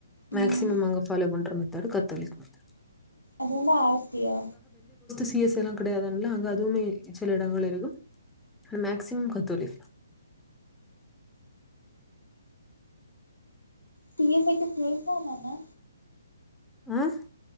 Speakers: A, on the left; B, in the centre.
A: ம்
B: மேக்சிமம் அங்க பாலோ பண்ற மெத்த கத்தோலிக்ெத்த
A: அது வந்த ஆர் சி யா
B: சிஎஸ் எல்லாம் கிடையாது அங்க அதுவுமே சில இடங்கள் இருக்கும் மேக்சிமம் கத்தொலி
A: சிஎஸ்டிிசேல் சொ ஆமான
B: ஆஹ